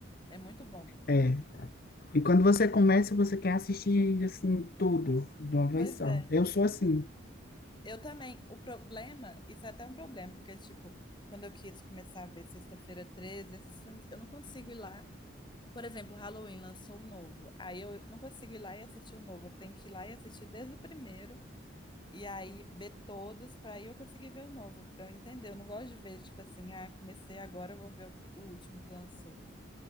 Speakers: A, on the left; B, on the left.
A: É muito bom.
B: É. E quando você começa, você quer assistir assim tudo de uma vez
A: Pois
B: só.
A: é.
B: Eu sou assim,
A: Eu também. O problema, isso é até um problema, porque, tipo, quando eu quis começar a ver Sexta-feira 13, esses filmes, eu não consigo ir lá. Por exemplo, Halloween lançou o novo. Aí eu não consigo ir lá e assistir o novo. Eu tenho que ir lá e assistir desde o primeiro E aí ver todos para aí eu conseguir ver o novo, para eu entender. Eu não gosto de ver, tipo assim, ah, comecei agora, eu vou ver o, pri- o último que lançou.